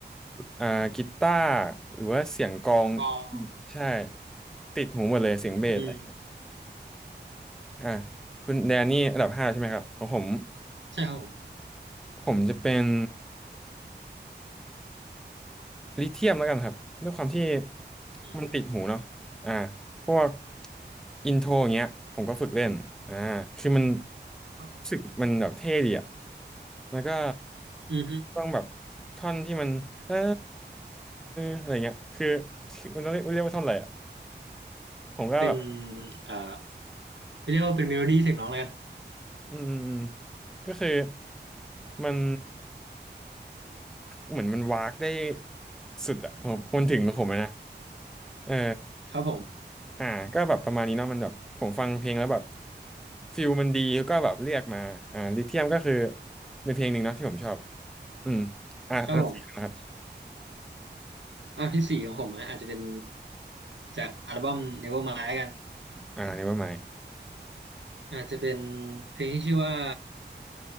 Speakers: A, in the centre; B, on the right (about 85°).
A: อ่ากีตาร์หรือว่าเสียงกลอง
B: กลองอะไรอย่างงี้ใช่ไหม
A: ใช่ติดหูหมดเลยเสียงเบสอะไร
B: อืม
A: อ่าคุณแดนนี่อันดับห้าใช่ไหมครับของผม
B: ใช่ครับผม
A: ผมจะเป็น ลิเธียมแล้วกันครับด้วยความที่
B: อืม
A: มันติดหูเนาะอ่าพวกอินโทรอย่างเงี้ยผมก็ฝึกเล่นอ่าคือมัน
B: ครับผม
A: รู้สึกมันแบบเท่ดีอะแล้วก็
B: อือฮึ
A: ต้องแบบท่อนที่มันเอออะไรเงี้ยคือคือมันต้องเรียกเรียกว่าท่อนอะไรอะผมก็แบบ
B: เป็นเอ่อไม่เรียกว่าเป็นเมโลดี้เสียงร้องเลยกัน
A: อืมอืมก็คือมันเหมือนมันวากได้สุดอะผมมันถึงของผมอะนะเออ
B: ครับผม
A: อ่าก็แบบประมาณนี้เนาะมันแบบผมฟังเพลงแล้วแบบฟิลมันดีก็แบบเรียกมาอ่าลิเทียมก็คือเป็นเพลงหนึ่งเนาะที่ผมชอบอืมอ่าอันดับสี่นะครับ
B: ครับผมอ่ะที่สี่ของผมนะอาจจะเป็นจากอัลบั้ม Nevermind แล้วกัน
A: อ่า n นเวอร์ม
B: อาจจะเป็นเพลงที่ชื่อว่า